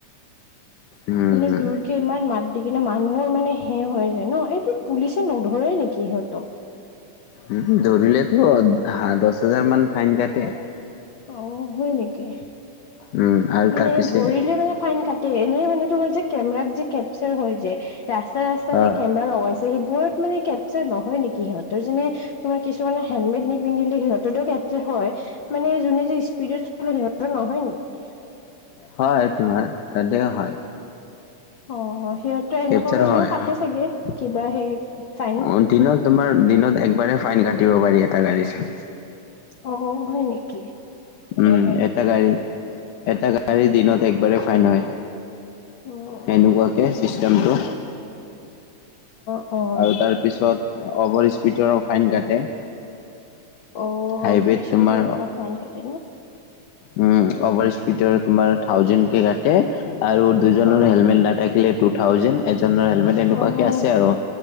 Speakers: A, on the left; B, on the left.
A: উম
B: মানে জোৰকে ইমান মাত দেখি কিনে মানুহৰ মানে সে হৈ যায় ন? এইটো পুলিচে নধৰে নেকি সিহঁতক।
A: উ, ধৰিলেতো হা দচ হাজাৰ মান ফাইন কাটে।
B: অ', হয় নেকি।
A: উম আৰু
B: মানে
A: তাৰ পিছে
B: ধৰিলে মানে ফাইন কাট টে এনেই মানে তোমাৰ যে কেমেৰাত যে কেপ্চাৰ হয় যে, ৰাস্তাই ৰাস্তাই
A: অ
B: যে কেম লগাইছে, সেবোৰত মানে কেপচাৰ নহয় নেকি সিহঁতৰ যেনে তোমাৰ কিছুমানে হেলমেট নিপিন্ধিলে সিহঁতৰতো কেপ্চাৰ হয়, মানে যোনে যে স্পিডত চলাই, সিহতৰ নহয় নেকি?
A: হয় তোমাৰ, তাতেও হয়।
B: অ', সিহঁতে এনেকুৱা
A: কেপচাৰ
B: কৰিও
A: হয়
B: কাটে চাগে, কিবা সেই ফাইন।
A: উম দিনত তোমাৰ দিনত একবাৰে ফাইন কাটিব পাৰি এটা গাড়ীত।
B: অ', অ', হয় নেকি?
A: উম,
B: এ
A: এটা গাড়ীত, এটা গা গাড়ী দিনত একবাৰেই ফাইন হয়।
B: অ'
A: সেনোকুৱাকে চিষ্টেমটো।
B: অ'। অ'
A: আৰু তাৰ পিছত অভাৰ স্পীডৰ ফাইন কাটে
B: অ',
A: হাইৱেত
B: অভাৰ স্পিডটো
A: তোমাৰ
B: ফাইন‌ কাটে ন?
A: উম', অভাৰ স্পিডৰ তোমাৰ থাউজেন কে কাটে আৰু দুইজনৰ
B: অ'
A: হেলমেট নাথাকিলে। টু থাউজেন এজনৰ হেলমেট এনেকোৱাকে
B: অ'
A: আছে, আৰু